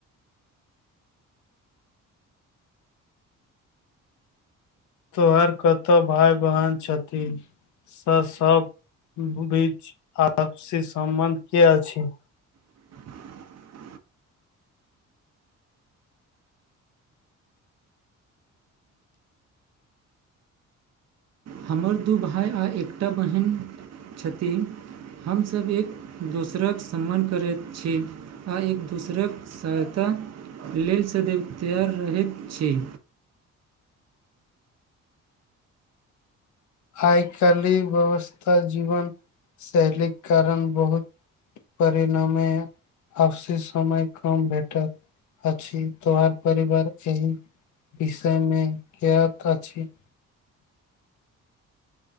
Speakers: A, on the left (about 70°); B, on the right (about 60°).
A: तोहर कतहु भाय-बहिन छथिन से सभ बीच आपसी सम्बन्ध की अछि
B: <inaudible> हमर दू भाय आ एकटा बहिन छथि हमसभ एक दोसरक सम्मान करैत छी आ एक दोसरक सहायता लेल सदैव तैयार रहैत छी
A: आइ-काल्हि इ व्यवस्था जीवन शैलीक कारण बहुत परिण मे अपसी समय कम भेटैत अछि तोहर परिवारक एहि विषय मे ज्ञात अछि